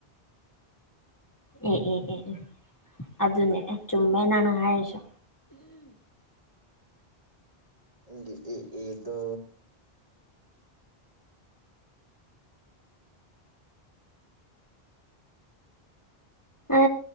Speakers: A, on the left; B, on the right.
A: ꯑꯦ ꯑꯦ ꯑꯦ ꯑꯦ ꯑꯗꯨꯅꯦ ꯆꯨꯝꯃꯦ ꯅꯪꯅ ꯍꯥꯏꯔꯁꯨ
B: ꯅꯪꯒꯤ ꯑꯦ ꯑꯦ ꯗꯣ
A: ꯑ